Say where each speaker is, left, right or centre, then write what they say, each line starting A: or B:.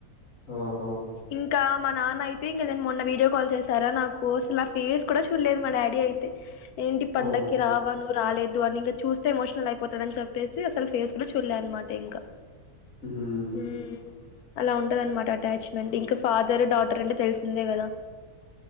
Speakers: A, on the left; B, on the left.
A: ఓహో
B: ఇంకా మా నాన్న అయితే ఇంగా ఏదన్ మొన్న వీడియో కాల్ చేసారా నాక్ కొసులా నా ఫేస్ కూడా చూడలేదు మా డాడీ అయితే ఏంటి పండగకి
A: ఓ
B: రావా నువ్ రాలేద్ టూ అని ఇంగా చూస్తే ఎమోషనల్ అయిపోతాడ అన్ చెప్పేసి అసల్ ఫేస్ కూడా చూలే అనమాట ఇంకా
A: ఉహుహ్
B: మ్మ్ అలా ఉంటది అనమాట అటాచ్మెంట్ ఇంకా ఫాదర్ డాటర్ అంటే తెలిసిందే కదా